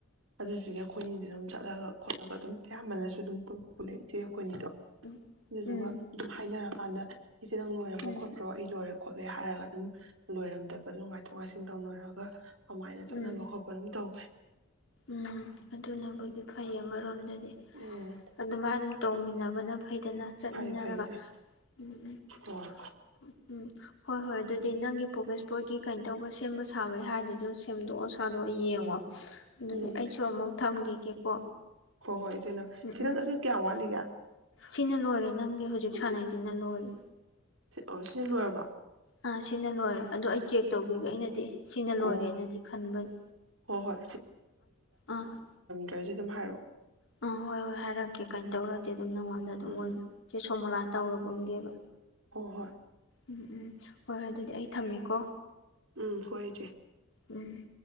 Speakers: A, on the right; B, on the left.
A: ꯑꯗꯨꯗꯤ ꯑꯩꯈꯣꯏꯅꯤ ꯑꯥꯗꯨꯝ ꯆꯠꯂꯒ ꯈꯣꯠꯂꯒ ꯑꯗꯨꯝ ꯑꯌꯥꯝꯕꯅꯁꯨ ꯑꯗꯨꯝ ꯄꯨꯜ ꯄꯨꯜꯂꯛꯑꯦ ꯏꯆꯦ ꯑꯩꯈꯣꯏꯅꯤꯗꯣ
B: ꯎꯝ
A: ꯑꯗꯨꯗꯨꯒ ꯑꯗꯨꯝ ꯍꯥꯏꯅꯔꯀꯥꯟꯗ ꯏꯆꯦ ꯅꯪ ꯂꯣꯏꯔꯕꯣ
B: ꯎꯝ ꯎꯝ
A: ꯈꯣꯠꯄ꯭ꯔꯣ ꯑꯩ ꯂꯣꯏꯔꯦ ꯈꯣꯠꯂꯦ ꯍꯥꯏꯔꯒ ꯑꯗꯨꯝ ꯂꯣꯏꯔꯝꯗ ꯑꯗꯣ ꯉꯥꯏꯊꯣꯛ ꯉꯥꯏꯁꯤꯟ ꯇꯧꯅꯔꯒ ꯑꯃꯥꯏꯅ ꯆꯠꯅꯕ
B: ꯎꯝ
A: ꯈꯣꯠꯄ ꯑꯗꯨꯝ ꯇꯧꯈ꯭ꯔꯦ
B: ꯎꯝ ꯑꯗꯨꯅꯕꯨꯗꯤ ꯐꯩꯌꯦ ꯑꯃꯔꯣꯝꯗꯗꯤ
A: ꯎꯝ
B: ꯑꯗꯨꯃꯥꯏ ꯑꯗꯨꯝ ꯇꯧꯃꯤꯟꯅ ꯕꯅ ꯐꯩ ꯅ ꯆꯠꯃꯤꯟꯅꯔꯒ
A: ꯐꯔꯦ ꯐꯔꯦ ꯏꯆꯦ
B: ꯎꯝ ꯎꯝ
A: ꯍꯣꯏ
B: ꯎꯝ ꯎꯝ ꯍꯣꯏ ꯍꯣꯏ ꯑꯗꯨꯗꯤ ꯅꯪꯒꯤ ꯄꯣꯒꯦꯁ ꯄꯣꯠꯀꯤ ꯀꯩꯅꯣ ꯇꯧꯕ ꯁꯦꯝꯕ ꯁꯥꯕꯩ ꯍꯥꯏꯗꯨꯁꯨ ꯁꯦꯝꯗꯣꯛꯑꯣ ꯁꯥꯗꯣꯛꯑꯣ ꯌꯦꯡꯉꯣ ꯑꯗꯨꯗꯤ
A: ꯎꯝ
B: ꯑꯩꯁꯨ ꯑꯃꯨꯛ ꯊꯝꯒꯤꯒꯦꯀꯣ
A: ꯍꯣꯏ ꯍꯣꯏ ꯏꯆꯦ ꯅꯪ
B: ꯎꯝ
A: ꯁꯤ
B: ꯎꯝ
A: ꯅꯪ ꯑꯗꯨ ꯀꯌꯥꯝ ꯋꯥꯠꯂꯤꯒꯦ
B: ꯁꯤꯅ ꯂꯣꯏꯔꯦ ꯅꯪꯒꯤ ꯍꯧꯖꯤꯛ ꯁꯥꯟꯅꯩꯖꯤꯅ ꯂꯣꯏꯔꯦ
A: ꯁꯤ ꯑꯣ ꯁꯤꯅ ꯂꯣꯏꯔꯕꯣ
B: ꯑꯥ ꯁꯤꯅ ꯂꯣꯏꯔꯦ ꯑꯗꯣ ꯑꯩ ꯆꯦꯛ ꯇꯧꯈꯤꯒꯦ ꯑꯩꯅꯗꯤ ꯁꯤꯅ ꯂꯣꯏꯔꯦꯅꯗꯤ
A: ꯑꯣ
B: ꯈꯟꯕꯅꯤ
A: ꯍꯣꯏ ꯍꯣꯏ
B: ꯑꯥ ꯑ
A: ꯍꯧꯖꯤꯛ ꯑꯗꯨꯝ ꯍꯥꯏꯔꯛꯑꯣ
B: ꯑ ꯍꯣꯏ ꯍꯣꯏ ꯍꯥꯏꯔꯛꯀꯦ ꯀꯩꯅꯣ ꯇꯧꯔꯗꯤ ꯗꯨꯝ ꯅꯪꯉꯣꯟꯗ ꯗꯨꯝ
A: ꯎꯝ
B: ꯑꯣꯏꯅ ꯁꯦ ꯁꯣꯃꯣꯂꯥ ꯇꯧꯔꯕꯝꯒꯤꯔꯣ
A: ꯍꯣ ꯍꯣꯏ
B: ꯍꯣꯏ ꯍꯣꯏ ꯑꯗꯨꯗꯤ ꯑꯩ ꯊꯝꯃꯦꯀꯣ
A: ꯎꯝ ꯍꯣꯏ ꯏꯆꯦ
B: ꯎꯝ